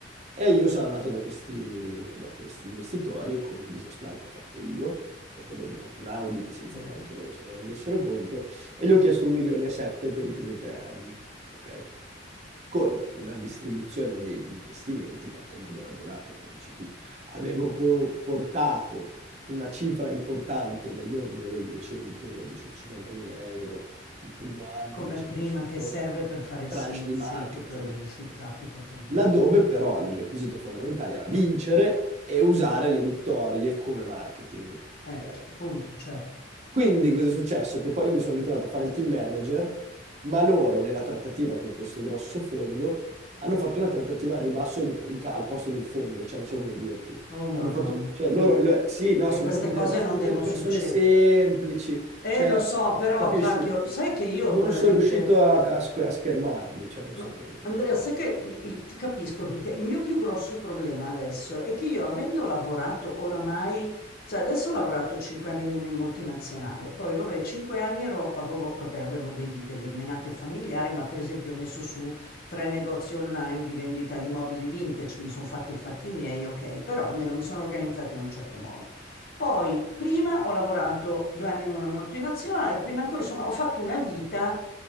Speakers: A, on the right (about 35°); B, on the left (about 50°).
A: E io sono andato da questi, da questi investitori con un business plan che ho fatto io, dopo avergli fatto un audit senza
B: mhm.
A: che neanche loro se ne rendessero conto, e gli ho chiesto un milione e sette per i primi tre anni, ok? con una distribuzione degli investimenti fatta in modo ragionato, come dici tu. Avevo po- portato una cifra importante nell'ordine dei 200-250 mila euro il primo anno,
B: Come
A: 200
B: prima
A: il secondo,
B: che serve per
A: di
B: fare il
A: tranche
B: seed,
A: di marketing,
B: sì, tutto il seed
A: esatto
B: capital, poi il baleno.
A: laddove però
B: no?
A: il requisito fondamentale era vincere e usare le vittorie come marketing. ok?
B: Eh, chi- appunto, certo.
A: Quindi cosa è successo? Che poi io mi sono ritrovato a fare il team manager, ma loro nella trattativa con questo grosso fondo hanno fatto una trattativa al ribasso in- in ca- al posto del fondo, cioè non so come dirti.
B: Oh Madonna.
A: Hanno fatto, cioè loro,
B: Ah.
A: lo- sì, no,
B: E
A: sono
B: queste
A: proprio
B: cose
A: delle, sono
B: non devono
A: delle persone
B: succedere.
A: semplici,
B: Eh,
A: cioè,
B: lo so, però,
A: capisci?
B: cacchio, sai che io
A: Non
B: veramente.
A: sono riuscito a, a sch- a schermarli, cioè non
B: Ma
A: so come dire.
B: Andrea, sai che il- il- ti capisco perché il mio più grosso problema adesso è che io avendo lavorato oramai, cioè adesso ho lavorato cinque anni in una multinazionale, poi vabbè, cinque anni ero, avevo, vabbè, avevo dei- delle menate familiari, ma per esempio ho messo su tre negozi online di vendita di mobili vintage, mi sono fatti i fatti miei, ok, però almeno mi sono organizzata in un certo modo. Poi, prima ho lavorato due anni in una multinazionale, prima ancora, insomma, ho fatto una vita